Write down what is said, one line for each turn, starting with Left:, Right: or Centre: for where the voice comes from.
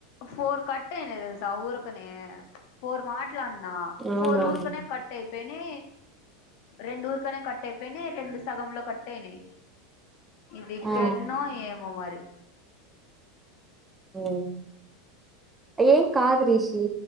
Left: ఫోర్ కట్ అయినయ్ తెల్సా ఊరక్ కనే ఫోర్మార్ట్ ఇట్లన్న
Right: అవునా
Left: ఫోర్ ఊరుకనే కట్ అయి పెనీ రెండు ఊరుకనే కట్ అయిపోయినాయ్ రెండు సగంలో కట్టయినాయి. ఇది
Right: ఆ
Left: పెన్నో ఏమో మరి
Right: ఉమ్. ఏం కాదు రిషి